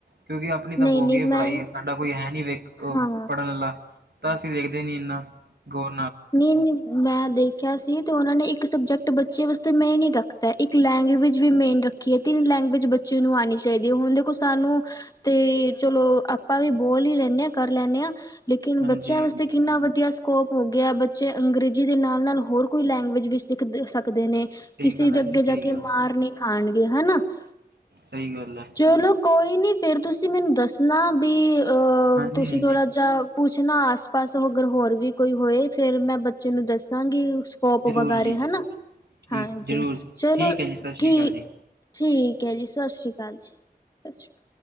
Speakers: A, on the right; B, on the left.
A: ਕਿਉਂਕਿ ਆਪਨੀ ਤਾਂ
B: ਨਹੀਂ
A: ਹੋ
B: ਨਹੀਂ
A: ਗਈ ਹੈ ਪੜ੍ਹਾਈ
B: ਮੈਂ
A: ਸਾਡਾ ਕੋਈ ਹੈ ਨਹੀਂ। ਵੇਖ
B: ਹਾਂ
A: ਪੜ੍ਹਨ ਵਾਲਾ ਤਾਂ ਅਸੀਂ ਦੇਖ <unintelligible>
B: ਨੀ-ਨੀ ਮੈਂ ਦੇਖਿਆ ਸੀ ਤੇ ਉਹਨਾਂ ਨੇ। ਇੱਕ ਸਬਜੈਕਟ ਬੱਚੇ ਵਾਸਤੇ ਮੇਨ ਨੀ ਰੱਖਦਾ ਇੱਕ ਲੈਂਗੁਏਜ ਵੀ ਮੇਨ ਰੱਖੀ ਏ ਤਿੰਨ ਲੈਂਗੁਏਜ ਬੱਚੇ ਨੂੰ ਆਨੀ ਚਾਹੀਦੀ ਹੈ ਹੁਣ ਦੇਖੋ ਸਾਨੂੰ ਤੇ ਚਲੋ ਆਪਾਂ ਵੀ ਬੋਲ ਹੀ ਲੈਂਦੇ ਹਾਂ ਕਰ ਲੈਦੇ ਹਾਂ। ਲੇਕਿਨ
A: ਹਾਂਜੀ
B: ਬੱਚਿਆਂ ਵਾਸਤੇ
A: ਹਾਂਜੀ
B: ਕਿੰਨਾ ਵਧੀਆ ਸ ਕੋਪ ਹੁੰ ਗਿਆ ਬੱਚੇ ਅੰਗਰੇਜ਼ੀ ਦੇ ਨਾਲ-ਨਾਲ ਹੋਰ ਕੋਈ ਲੈਂਗੁਏਜ ਵੀ ਸਿੱਖ ਸਕ। ਸਕਦੇ ਨੇ
A: ਸਹੀ
B: ਕਿਸੇ
A: ਗੱਲ
B: ਦੇ
A: ਹੈ
B: ਅੱਗੇ
A: ਜੀ ਸਹੀ
B: ਜਾ ਕੇ
A: ਗੱਲ
B: ਮਾਰ
A: ਹੈ
B: ਨੀ। <unintelligible> ਕਿਹਾ ਨਾ <unintelligible>
A: ਸਹੀ ਗੱਲ ਹੈ
B: ਚਲੋ ਕੋਈ ਨੀ ਫਿਰ ਤੁਸੀਂ ਮੈਨੂੰ ਦੱਸਣਾ ਬੀ ਅਹ
A: ਹਾਂਜੀ
B: ਤੁਸੀਂ
A: ਹਾਂਜੀ
B: ਥੋੜਾ ਜਿਹਾ ਪੁ ਪੁੱਛ ਨਾ ਆਸ ਪਾਸ ਅਗਰ ਹੋਰ ਵੀ ਕੋਈ ਹੋਏ ਫਿਰ ਮੈਂ ਬੱਚੇ ਨੂੰ ਦੱਸਾਂਗੀ ਸੋਪ
A: ਜ਼ਰੂਰ
B: ਵਗਾਰੇ
A: ਜੀ
B: ਹਨਾ
A: ਜ਼ਰੂਰ ਠੀਕ
B: ਹਾਂਜੀ
A: ਜ਼ਰੂਰ ਜੀ
B: ਚਲੋ
A: ਠੀਕ ਹੈ ਜੀ ਸਤਿ ਸ਼੍ਰੀ
B: ਠੀ-ਠੀ
A: ਅਕਾਲ ਜੀ
B: ਠੀਕ ਐ ਜੀ ਸਤਿ ਸ਼੍ਰੀ ਅਕਾਲ ਜੀ ਸਤਿ ਸ਼੍ਰੀ ਅਕਾਲ